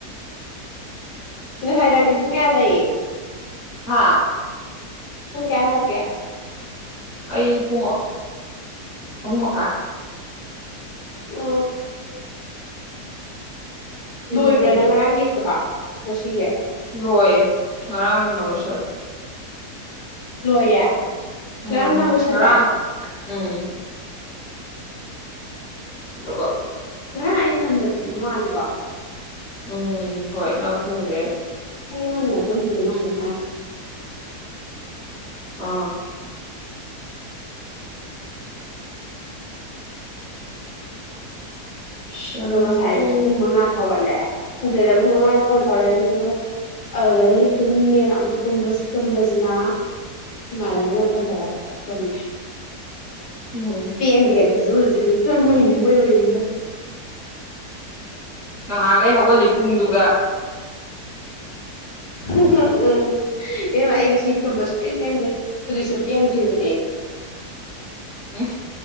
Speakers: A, on the left; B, on the left.
A: ꯀꯩꯅꯣ ꯐꯥꯏ ꯇꯗꯤ ꯄꯨꯡ ꯀꯌꯥ ꯂꯩꯌꯦ
B: ꯍꯥꯥ
A: ꯀꯨꯨꯡ ꯀꯌꯥ ꯍꯜꯂꯛꯒꯌꯥ
B: ꯑꯩ ꯄꯨꯡ ꯑꯍꯨꯝ ꯃꯀꯥꯟ
A: ꯎ ꯂꯣꯏꯕ꯭ꯔꯥ
B: ꯌꯦꯡꯉꯦ
A: ꯅꯪ ꯉꯔꯥꯡ ꯌꯦꯛꯄꯗ ꯃꯁꯤꯁꯤꯦ
B: ꯂꯣꯏꯌꯦ ꯉꯔꯥꯡ ꯅꯨꯡꯉꯥꯏ ꯃꯁꯜ
A: ꯂ
B: ꯎꯝ
A: ꯔꯥꯡꯗꯥꯡ ꯂꯣꯏꯁꯗꯦ
B: ꯉꯔꯥꯡ ꯎꯝ ꯑꯗꯨꯒꯀ
A: ꯑ ꯍꯟꯅ ꯑꯗꯨꯃ ꯃꯥꯂꯤ ꯋꯥ
B: ꯎꯝ ꯍꯣꯏ ꯉꯥꯡ ꯇꯣꯡꯗꯔ ꯑꯗꯨ
A: ꯍ ꯉꯅ ꯇꯦ ꯃꯥꯅ
B: ꯑ ꯁꯪꯕꯩ
A: ꯑꯗꯣ ꯉꯁꯥꯏ ꯍꯥꯏꯁꯨ ꯄꯨꯡ ꯃꯉꯥꯗ ꯍꯧꯒꯠꯂꯦ ꯁꯗꯗ ꯄꯨꯡ ꯃꯉꯥꯗ ꯐꯣꯟ ꯇꯧꯔꯛꯑꯦ ꯑꯗꯨ ꯑꯗꯨꯒ ꯑꯗꯨꯗꯒꯤ ꯇꯨꯝꯅꯤꯡꯉꯦꯅ ꯑꯃꯨꯛ ꯇꯨꯝꯕꯁꯤꯅ ꯏꯃꯥꯟꯅꯕꯤꯅ ꯐꯣꯟ ꯇꯧꯔꯛꯄꯐꯥꯎ ꯇꯨꯝꯃꯦ
B: ꯎꯝ
A: ꯄꯤ ꯑꯦꯟꯕꯤꯁꯨ ꯍꯧ ꯇꯔꯃꯣꯏꯅꯦꯕꯨꯣꯏꯕ ꯍꯗ
B: ꯉꯍꯥꯟꯈꯩ ꯍꯧꯒꯠꯂꯤ ꯄꯨꯡꯗꯨꯒ
A: ꯎ ꯎꯝ ꯏꯦꯝꯃ ꯑꯩ ꯉꯁꯤ ꯇꯨꯝꯕ ꯁꯨꯡꯄꯦꯟ ꯄꯦꯟꯗꯦ ꯍꯧꯖꯤꯛꯁꯨ ꯄꯦꯟꯗ꯭ꯔꯤꯕꯅꯤ ꯑꯩ
B: ꯎꯝ